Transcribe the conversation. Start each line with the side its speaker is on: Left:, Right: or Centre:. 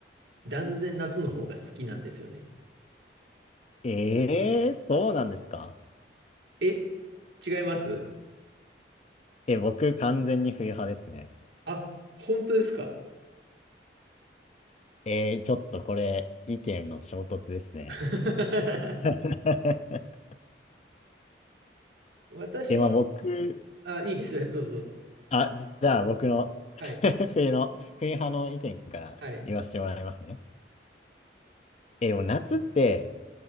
Right: 断然夏の方が好きなんですよね。
Left: ええー、そうなんですか
Right: え、違います
Left: え、僕完全に冬派ですね。
Right: あ、本当ですか
Left: えー、ちょっとこれ、意見の衝突ですね。
Right: <laughs>
Left: <laughs>
Right: 私、
Left: え、まあ僕、
Right: あ、いいですよ。どうぞどうぞ。
Left: あ、じじゃあ僕の <laughs>
Right: はい。
Left: 冬の、冬派の意見から言わせてもらいますね。
Right: はい。
Left: え、でも夏って、